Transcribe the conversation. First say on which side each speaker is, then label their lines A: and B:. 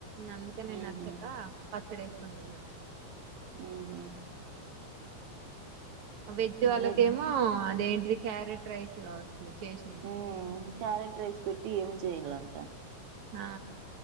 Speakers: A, on the right; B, on the right.
A: అందుకే నేను
B: ఉహు
A: నచ్చక పచ్చ పడేసుకొని తిన్న
B: ఉహు
A: వెజ్ వాళ్ళకేమో
B: మీ
A: ఆ అదేంటిీ ది క్యారెట్ రైస్ చూ చేసింది
B: ఉమ్ క్యారెట్ రైస్ పెట్టి ఏం చెయాలంట
A: ఆా